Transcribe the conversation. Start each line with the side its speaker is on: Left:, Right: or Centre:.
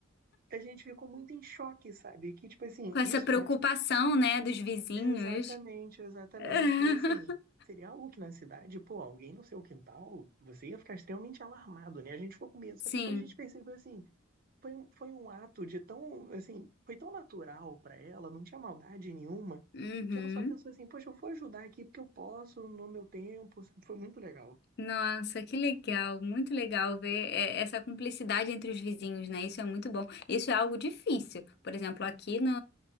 Right: a gente ficou muito em choque, sabe? Que, tipo assim,
Left: Com essa
Right: isso,
Left: preocupação,
Right: né?
Left: né, dos vizinhos.
Right: Exatamente, exatamente.
Left: <laughs>
Right: E assim, seria algo que na cidade, pô, alguém no seu quintal, você ia ficar extremamente alarmado, né? A gente ficou com medo. Só
Left: Sim.
Right: que depois a gente percebeu assim, foi, um, foi um ato de tão, assim, foi tão natural pra ela, não tinha maldade nenhuma,
Left: Uhum.
Right: que ela só pensou assim, poxa, eu vou ajudar aqui porque eu posso, no meu tempo, sabe? Foi muito legal.
Left: Nossa, que legal, muito legal ver é, essa cumplicidade entre os vizinhos, né? Isso é muito bom. Isso é algo difícil. Por exemplo, aqui no,